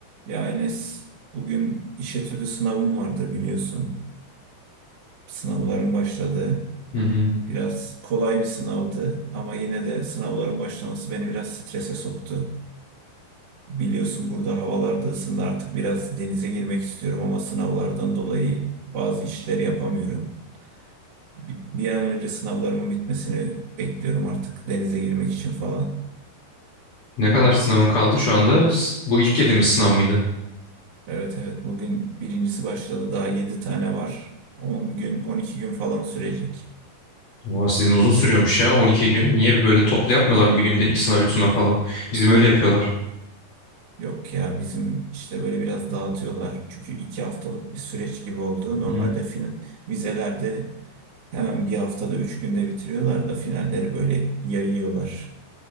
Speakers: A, on the right (about 45°); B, on the left (about 50°).
A: Ya Enes, bugün iş etüdü sınavım vardı biliyorsun. Sınavların başladı.
B: Hı hı.
A: Biraz kolay bir sınavdı ama yine de sınavların başlaması beni biraz strese soktu. Biliyorsun burada havalar da ısındı artık biraz denize girmek istiyorum ama sınavlardan dolayı bazı işleri yapamıyorum. Bi- Bir an önce sınavlarımın bitmesini bekliyorum artık denize girmek için falan.
B: Ne kadar sınavın kaldı şu anda? S- Bu ilk girdiğimiz sınav mıydı?
A: Evet evet bugün birincisi başladı daha 7 tane var. on gün on iki gün falan sürecek.
B: Oha sizin uzun sürüyormuş ya 12 gün. Niye böyle toplu yapmıyorlar mı bir günde iki sınav üç sınav falan? Bizim öyle yapıyorlar.
A: Yok ya bizim işte böyle biraz dağıtıyorlar. Çünkü iki haftalık bir süreç gibi oldu. Normalde
B: Hı.
A: fin vizelerde hemen bir haftada üç günde bitiriyorlar da finalleri böyle yayıyorlar.